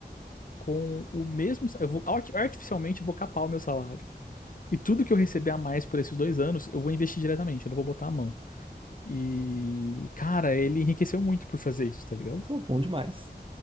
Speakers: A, on the left; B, on the right.
A: com o mesmo, sa- eu vou arti- artificialmente eu vou capar o meu salário. E tudo que eu receber a mais por esses dois anos, eu vou investir diretamente, eu não vou botar a mão. E, cara, ele enriqueceu muito por fazer isso, tá ligado?
B: Pô, bom demais.